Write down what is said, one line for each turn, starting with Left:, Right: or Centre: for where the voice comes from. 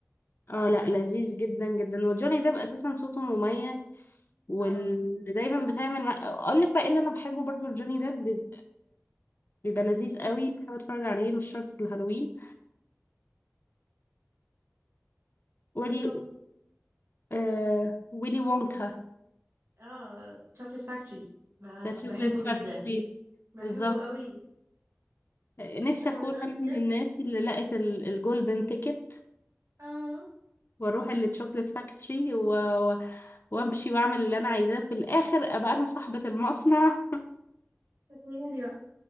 Left: اه لا لذيذ جدا جدا وجوني ديب اساسا صوته مميز واللي
Right: اه
Left: دايما بتعمل مع... اقول لك بقى ايه اللي انا بحبه برضو لجوني ديب بيبقى لذيذ
Right: ايه
Left: قوي بحب اتفرج عليه مش شرط في الهالوين ويلي
Right: ايه هو
Left: آه ويلي وونكا
Right: اه تشوكلت فاكتوري بس
Left: ذا شوكليت
Right: بحبه
Left: فاكتوري
Right: جدا بحبه
Left: بالظبط
Right: قوي
Left: نفسي
Right: لا هو
Left: اكون
Right: جوني
Left: انا من
Right: ديب
Left: الناس اللي لقت ال- الجولدن تيكت
Right: اه
Left: واروح الشوكليت فاكتوري و... و- وامشي واعمل اللي انا عايزاه في الاخر ابقى انا صاحبة المصنع
Right: تخيلي بقى